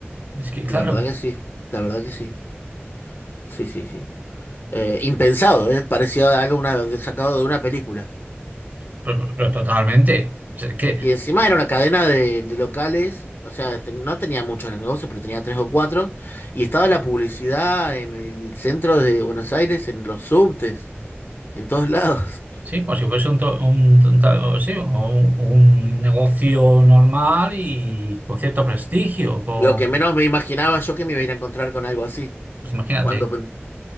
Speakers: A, on the right; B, on the left.
A: Es que, claro,
B: la verdad que sí, la verdad que sí. Sí, sí, sí. Eh, impensado, ¿eh? Parecía algo una- de- sacado de una película.
A: pero, pero totalmente. O sea, que,
B: Y encima era una cadena de, de locales, o sea, te- no tenía muchos los negocios, pero tenía tres o cuatro. Y estaba la publicidad en el centro de Buenos Aires, en los subtes, en todos <laughs> lados.
A: sí, como si fuese un, to- un, un ta- o sí, o un- un negocio normal y con cierto prestigio, con,
B: Lo que menos me imaginaba yo que me iba a ir a encontrar con algo así.
A: pues imagínate.
B: Cuando pe-